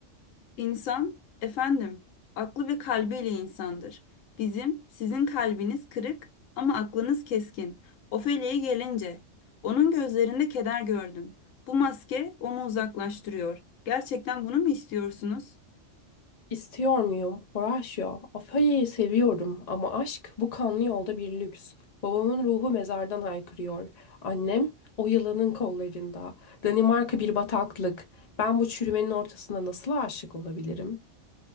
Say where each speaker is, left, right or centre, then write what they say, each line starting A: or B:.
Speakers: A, on the left; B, on the left.
A: İnsan, efendim, aklı ve kalbiyle insandır. Bizim, sizin kalbiniz kırık ama aklınız keskin. Ofelia'ya gelince, onun gözlerinde keder gördüm. Bu maske onu uzaklaştırıyor. Gerçekten bunu mu istiyorsunuz?
B: İstiyor muyum Horatio? Ofelia'yı seviyorum ama aşk bu kanlı yolda bir lüks. Babamın ruhu mezardan haykırıyor. Annem o yılanın kollarında. Danimarka bir bataklık. Ben bu çürümenin ortasında nasıl aşık olabilirim?